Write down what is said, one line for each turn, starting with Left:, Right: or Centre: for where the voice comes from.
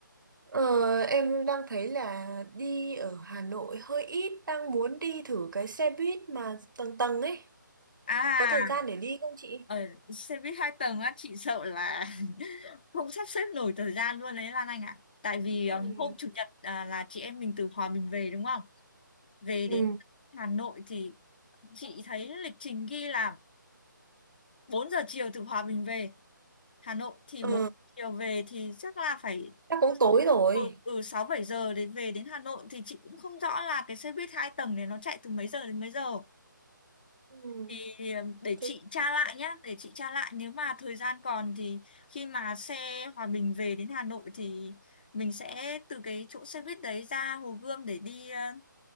Right: Ờ, em đang thấy là đi ở Hà Nội hơi ít đang muốn đi thử cái xe buýt mà tầng tầng ấy
Left: à
Right: có thời gian để đi không chị
Left: ở xe buýt hai tầng á chị sợ là <laughs> không sắp xếp nổi thời gian luôn đấy Lan Anh ạ tại vì
Right: ừ
Left: um, hôm chủ nhật à, là chị em mình từ Hòa Bình về đúng không về
Right: ừ
Left: đến Hà Nội thì chị thấy lịch trình ghi là 4 giờ chiều từ Hòa Bình về Hà Nội thì
Right: ờ
Left: bốn giờ chiều về thì chắc là phải
Right: chắc cũng tối rồi
Left: ừ, ừ 6 7 giờ để về đến Hà Nội thì chị cũng không rõ là cái xe buýt hai tầng này nó chạy từ mấy giờ đến mấy giờ
Right: Ừ,
Left: thì để chị
Right: thế
Left: tra lại nhá để chị tra lại nếu mà thời gian còn thì khi mà xe Hòa Bình về đến Hà Nội thì mình sẽ từ cái chỗ xe buýt đấy ra Hồ Gươm để đi ờ,